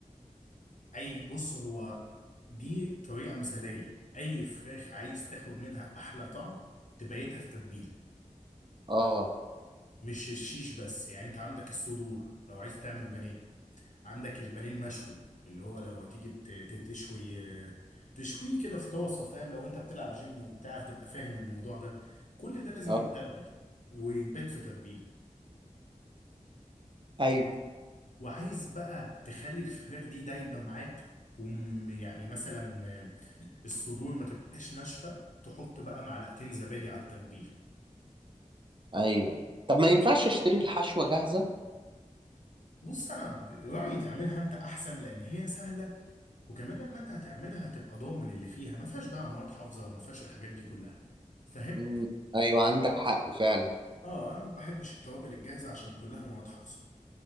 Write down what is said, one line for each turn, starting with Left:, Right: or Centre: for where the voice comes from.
Left: اي بص هو دي طريقه مثاليه اي فراخ عايز تاخد منها احلى طعم تبيتها في تتبيله
Right: اه
Left: مش الشيش بس يعني انت عندك الصدور لو عايز تعمل بانيه عندك البانيه المشوي اللي هو لو هتيجي ت- ت- تشوي تشويه كده في طاسه فاهم لو انت بتلعب جيم وبتاع هتبقى فاهم الموضوع ده كل ده لازم
Right: اه
Left: يتبل ويتبات في تتبيله
Right: ايوه
Left: وعايز بقى تخلي الفراخ دي دايبه معاك ويعني مثلا الصدور ما تبقاش ناشفه تحط بقى معلقتين زبادي على التتبيله
Right: ايوه طب ما ينفعش اشتري الحشوه جاهزه
Left: بص انا برايي تعملها انت احسن لان هي سهله وكمان لما انت هتعملها هتبقى ضامن اللي فيها ما فيهاش بقى مواد حافظه وما فيهاش الحاجات دي كلها فاهم
Right: امم ايوه عندك حق فعلا
Left: اه انا ما بحبش التوابل الجاهزه عشان كلها مواد حافظه